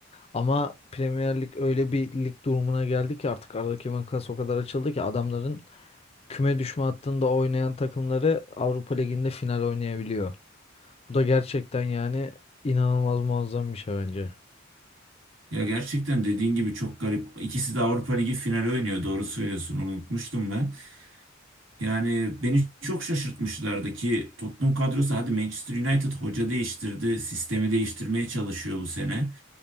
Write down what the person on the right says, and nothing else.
Ya gerçekten dediğin gibi çok garip. İkisi de Avrupa Ligi finali oynuyor. Doğru söylüyorsun. Onu Unutmuştum ben. Yani beni çok şaşırtmışlardı ki Tottenham kadrosu hadi Manchester United hoca değiştirdi, sistemi değiştirmeye çalışıyor bu sene.